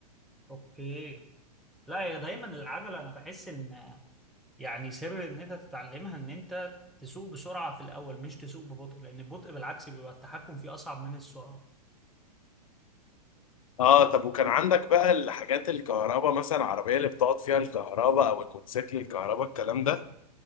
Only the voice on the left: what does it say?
اه طب وكان عندك بقى الحاجات الكهرباء مثلا العربية اللي بتقعد فيها الكهرباء او الموتوسيكل الكهرباء الكلام ده